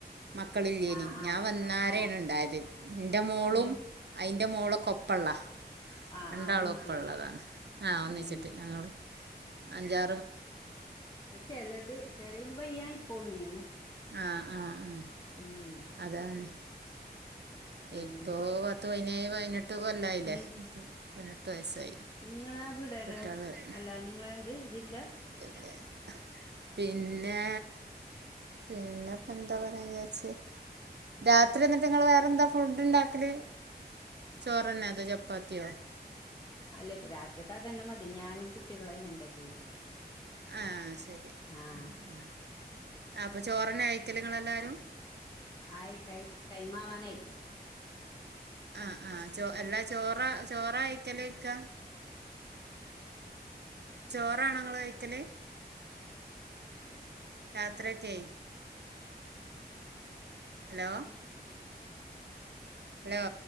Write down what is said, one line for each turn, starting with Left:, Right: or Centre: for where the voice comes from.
Right: മക്കളില്ലേനി
Left: ആഹ്
Right: ഞാൻ
Left: ആഹ്
Right: വന്നാരെണ്
Left: ആഹ്
Right: ഉണ്ടായത് ഇന്റെ മോളും
Left: ഏഹ്
Right: അയിന്റെ മോള്കൊപ്പള്ള
Left: ആഹ്
Right: രണ്ടാളും
Left: ആഹ് ഒന്നിച്ചിട്ടേക്ക്
Right: ഒപ്പം ഉള്ളതാ ആഹ് ഒന്നിച്ചിട്ട്
Left: ഉം
Right: ഞങ്ങള് അഞ്ചാ
Left: ചിലത് ചിലന് വയ്യയി പോന്നേ
Right: ആഹ് ആഹ് ആഹ്
Left: ഉം
Right: അതാണ്
Left: പിന്നെ
Right: ഇപ്പോ പത്ത് പതിനേഴ് പയിനെട്ട് കൊല്ലായില്ലേ
Left: നീ
Right: പതിനെട്ട് വയസ്സായി
Left: നിങ്ങളാ വീടടാ
Right: കുട്ടികള് പിന്നെ
Left: അല്ല നിങ്ങള എന്ത് ജില്ല
Right: <unintelligible> പിന്നെ പിന്നെപ്പ എന്താ പറയാ വിചാരിച്ച രാത്രിന്നിട്ട്ങ്ങൾ വേറെന്താ ഫുഡ് ഉണ്ടാക്കല് ചോറ്ന്നെ അതോ ചപ്പാത്തിയോ?
Left: അല്ലെ ഇപ്പ രാത്രിക്ക് അതന്നെ മതി ഞാനും കുട്ടികളന്നെ ഇണ്ടത്.
Right: ആ ശരി
Left: ആഹ്
Right: ആ ആ അപ്പം ചോറിന് കഴിക്കല്ല് നിങ്ങളെല്ലാരും?
Left: ആയി ടൈ ടൈമാ വാനായി.
Right: ആഹ് ആഹ് ചൊ ല്ലാ ചോറ ചോറ കഴിക്കലോയ്ക്ക ചോറാണ ങ്ങള് കഴിക്കല് രാത്രിയൊക്കേയ് ഹലോ
Left: ഏ
Right: ഹലോ